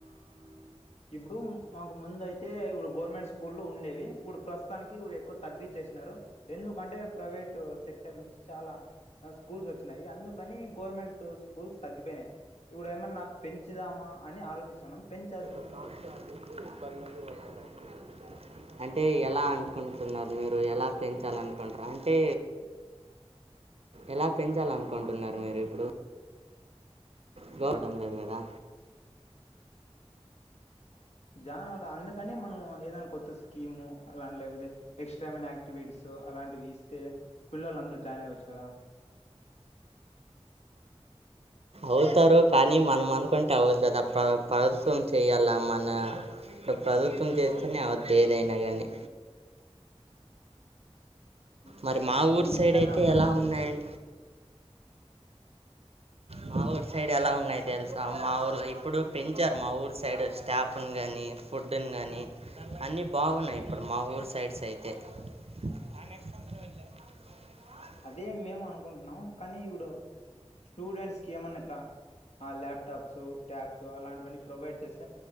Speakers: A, on the left; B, on the right.
A: ఇప్పుడు మాకు ముందు అయితే ఇప్పుడు గవర్నమెంట్ స్కూల్లు ఉండేవి. ఇప్పుడు ప్రస్తుతానికి ఇప్పుడు ఎక్కువ తగ్గిచ్చేశినారు. ఎందుకంటే ప్రైవేటు సెక్టార్ నుంచి చాలా ఆ స్కూల్స్ వచ్చినాయి అందుకని గవర్నమెంట్ స్కూల్స్ తగ్గిపోయినయి ఇప్పుడు ఏమన్నా పెంచుదామా అని ఆలోచిస్తున్నాం, పెంచ
B: <unintelligible> అంటే ఎలా అనుకుంటున్నారు మీరు ఎలా పెంచాలనుకుంటుర్రు అంటే ఎలా పెంచాలనుకుంటున్నారు మీరు ఇప్పుడు. ఎవర్ని నమ్మలేన్ గదా
A: జా ఆడ అందుకనే మనం ఏదన్న కొత్త స్కీము అలా అన్ లేకపోతే ఎక్స్ట్రా ఏమైనా యాక్టివిటీస్ అలాంటివి ఇస్తే పిల్లల్ అందరు జాయిన్ అయ్యవచ్చు కదా
B: అవుతారు కానీ మనం అనుకుంటే అవ్వదు కదప్ప ప్రభుత్వం చేయాల మన ప్రభుత్వం చేస్తేనే అవద్ది ఏదైన గానీ
A: హ్మ్.
B: మరి మా
A: అందుకని
B: ఊర్ సైడ్
A: ఏదన్నా
B: అయితే
A: మంచి
B: ఎలా ఉన్నాయం మా ఊర్ సైడ్ ఎలా ఉన్నాయి తెల్సా మా ఊర్లో ఇప్పుడు పెంచార్ మా ఊర్ సైడ్ స్టాఫ్న్ గానీ ఫుడ్న్ గానీ అన్నీ బాగున్నాయి ఇప్పుడు మా ఊర్ సైడ్స్ అయితే అనేస్తం <unintelligible>
A: అదే మేము అనుకుంటున్నాం కనీ ఇప్పుడు స్టూడెంట్స్కి ఏమన్న ఇట్ల ఆ ల్యాప్టాప్స్, ట్యాబ్స్ అలాంటివన్నీ ప్రొవైడ్ చేస్